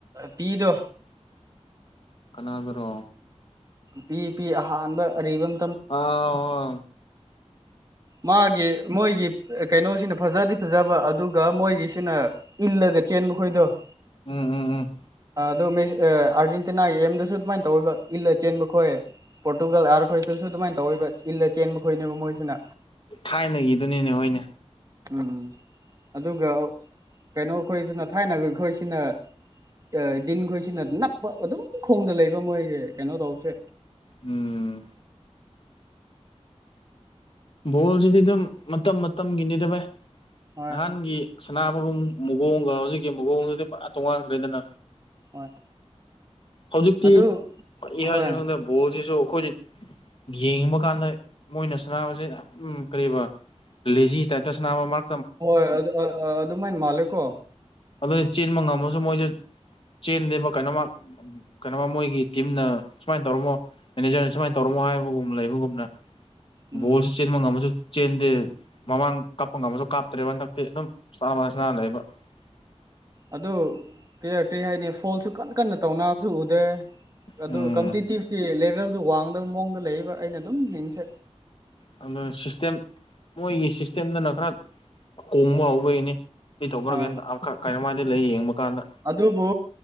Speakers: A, on the right (about 35°); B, on the left (about 50°).
A: ꯄꯤꯗꯣ
B: ꯀꯅꯥꯗꯔꯣ
A: ꯄꯤ ꯄꯤ ꯑꯍꯥꯟꯕ ꯑꯔꯤꯕꯝ
B: ꯑꯥ
A: ꯃꯥꯒꯤ ꯃꯣꯏꯒꯤ ꯀꯩꯅꯣꯁꯤꯅ ꯐꯖꯗꯤ ꯐꯖꯕ ꯑꯗꯨꯒ ꯃꯣꯏꯒꯤꯁꯤꯅ ꯏꯜꯂ ꯗ ꯆꯦꯟꯕ ꯈꯣꯏꯗꯣ
B: ꯎꯝ ꯎꯝ ꯎꯝ
A: ꯑꯗꯨ ꯃꯤꯁ ꯑꯦ ꯑꯥꯔꯖꯦꯟꯇꯤꯅꯥꯒꯤ ꯑꯦꯝꯗꯁꯨ ꯑꯗꯨꯃꯥꯏꯅ ꯇꯧꯔꯒ ꯏꯜꯂ ꯆꯦꯟꯕ ꯈꯣꯏ ꯄꯣꯔꯇꯨꯒꯥꯜ ꯑꯥꯔ ꯈꯣꯏꯁꯤꯁꯨ ꯑꯗꯨꯃꯥꯏꯅ ꯇꯧꯋꯦꯕ ꯏꯜꯂ ꯆꯦꯟꯕ ꯈꯣꯏꯅꯦꯕ ꯃꯣꯏꯁꯤꯅ
B: ꯊꯥꯏꯅꯒꯤꯗꯨꯅꯤꯅꯦ ꯍꯣꯏꯅꯦ
A: ꯎꯝ ꯑꯗꯨꯒ ꯀꯩꯅꯣ ꯈꯣꯏꯁꯤꯅ ꯊꯥꯏꯅꯒ ꯑꯩꯈꯣꯏꯁꯤꯅ ꯑꯥ ꯗꯤꯟꯈꯣꯏꯁꯤꯅ ꯅꯞꯄ ꯑꯗꯨꯝ ꯈꯣꯡꯗ ꯂꯩꯕ ꯃꯣꯏꯁꯦ ꯀꯩꯅꯣ ꯇꯧꯁꯦ
B: ꯎꯝ ꯕꯣꯜꯁꯤꯗꯤ ꯑꯗꯨꯝ ꯃꯇꯝ ꯃꯇꯝꯒꯤꯅꯤꯗ ꯚꯥꯏ
A: ꯍꯣꯏ
B: ꯅꯍꯥꯟꯒꯤ ꯁꯅꯥꯕꯒꯨꯝ ꯃꯨꯒꯣꯡꯒ ꯍꯧꯖꯤꯛꯀꯤ ꯃꯑꯣꯡꯗꯨꯗꯤ ꯄꯨꯔꯥ ꯇꯣꯉꯥꯟꯈ꯭ꯔꯦꯗꯅ
A: ꯍꯣꯏ
B: ꯍꯧꯖꯤꯛꯇꯤ
A: ꯑꯗꯨ
B: ꯀꯔꯤ
A: ꯍꯣꯏ
B: ꯍꯥꯏꯖꯤꯔ ꯈꯟꯗꯦ ꯕꯣꯜꯁꯤꯁꯨ ꯑꯩꯈꯣꯏꯗꯤ ꯌꯦꯡꯕ ꯀꯥꯟꯗ ꯃꯣꯏꯅ ꯁꯅꯥꯁꯦ ꯎꯝ ꯀꯔꯤꯕ ꯂꯦꯖꯤ ꯇꯥꯏꯞꯇ ꯁꯅꯥꯕ ꯑꯃ
A: ꯍꯣꯏ ꯑꯗꯨ ꯑꯥ ꯑꯥ ꯑꯗꯨꯃꯥꯏꯅ ꯃꯥꯜꯂꯦꯀꯣ
B: ꯑꯗꯨꯅꯤ ꯆꯦꯟꯕ ꯉꯝꯃꯁꯨ ꯃꯣꯏꯖꯦ ꯆꯦꯟꯗꯦꯕ ꯀꯩꯅꯣꯃ ꯀꯩꯅꯣꯃ ꯃꯣꯏꯒꯤ ꯇꯤꯝꯅ ꯁꯨꯃꯥꯏꯅ ꯇꯧꯔꯝꯃꯣ ꯃꯦꯅꯦꯖꯔꯅ ꯁꯨꯃꯥꯏꯅ ꯇꯧꯔꯝꯃꯣ ꯍꯥꯏꯕꯒꯨꯝꯅ ꯂꯩꯕꯒꯨꯝꯅ
A: ꯎꯝ
B: ꯕꯣꯜꯁꯤ ꯆꯦꯟꯕ ꯉꯝꯃꯁꯨ ꯆꯦꯟꯗꯤ ꯃꯃꯥꯡ ꯀꯥꯞꯄ ꯉꯝꯝꯕꯁꯨ ꯀꯥꯞꯇ꯭ꯔꯦꯕ ꯍꯟꯗꯛꯇꯤ ꯑꯗꯨꯝ ꯆꯥꯕ ꯁꯅꯥ ꯂꯩꯕ <inaudible>
A: ꯑꯗꯨ ꯀꯔꯤꯇꯤ ꯍꯥꯏꯅꯤ ꯐꯣꯜꯁꯨ ꯀꯟꯅ ꯀꯟꯅ ꯇꯧꯅꯕꯁꯨ ꯎꯗꯦ ꯑꯗꯨ
B: ꯎꯝ
A: ꯀꯝꯄꯤꯇꯤꯇꯤꯚꯀꯤ ꯂꯦꯚꯦꯜꯗꯨ ꯋꯥꯡꯗꯕ ꯃꯑꯣꯡꯗ ꯂꯩꯑꯦꯕ ꯑꯩꯅ ꯑꯗꯨꯝ ꯌꯦꯡꯁꯦ
B: ꯑꯃ ꯁꯤꯁꯇꯦꯝ ꯃꯣꯏꯒꯤ ꯁꯤꯁꯇꯦꯝꯗꯅ ꯈꯔ ꯀꯣꯡꯕ ꯍꯧꯕꯒꯤꯅꯤ ꯀ꯭ꯔꯤ ꯇꯧꯕꯒꯦꯟ
A: ꯍꯣꯏ ꯍꯣꯏ
B: ꯑꯃꯈꯛ ꯀꯩꯅꯣꯃꯥꯏꯗꯤ ꯂꯩ ꯌꯦꯡꯕ ꯀꯥꯟꯗ
A: ꯑꯗꯨꯕꯨ